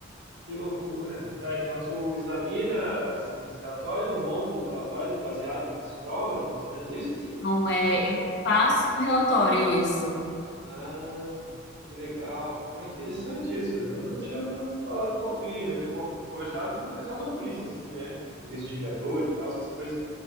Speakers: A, on the right (about 60°); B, on the left (about 60°).
A: que loucura. Tá, então tu examina esses relatórios ou monta os relatórios baseado nas provas, mais ou menos isso, assim?
B: Então, é, eu faço relatório, é isso.
A: Ah, que legal. Pô, interessante isso. Eu nunca tinha falado com alguém, já tinha con- conversado com o pessoal da polícia, assim, né? Investigador e tal, essas coisas.